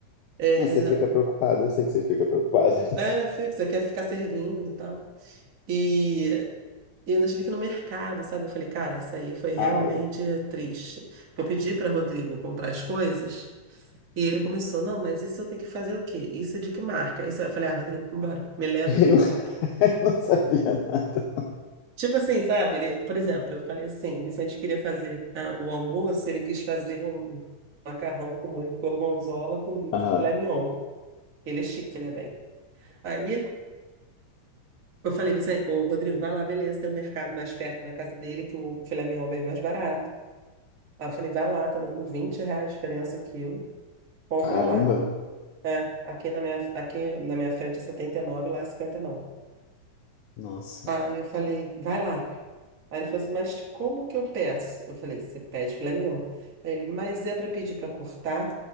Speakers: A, on the right; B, on the left.
A: É,
B: É, você fica preocupada, eu sei que você fica preocupada.
A: É, fixa, quer ficar servindo e tal. E, e ainda tive que ir no mercado, sabe? Eu falei, cara, essa aí foi realmente
B: <laughs> Ai.
A: triste. Porque Eu pedi para Rodrigo comprar as coisas e ele começou, não, mas isso eu tenho que fazer o quê? Isso é de que marca? Isso eu falei, ah, Rodrigo, vambora, me leva
B: ele
A: que eu
B: não,
A: compro.
B: <laughs> não sabia nada.
A: Tipo assim, sabe? Ele, por exemplo, eu falei assim, o Vicente queria fazer ah, o almoço, ele quis fazer um macarrão com molho de gorgonzola com bife
B: Ah,
A: de filé mignon. Ele é chique, né, bem? Aí Eu falei, Vicente, ô, Rodrigo, vai lá, beleza, tem um mercado mais perto da casa dele que o filé mignon é bem mais barato. Aí eu falei, vai lá, tá dando 20 reais a diferença o quilo, compra
B: caramba.
A: lá. É, aqui na minha, aqui na minha frente é 79, lá é 59.
B: Nossa.
A: Aí eu falei, vai lá. Aí ele falou assim, mas como que eu peço? Eu falei, você pede filé mignon. Aí ele, mas é para pedir para cortar?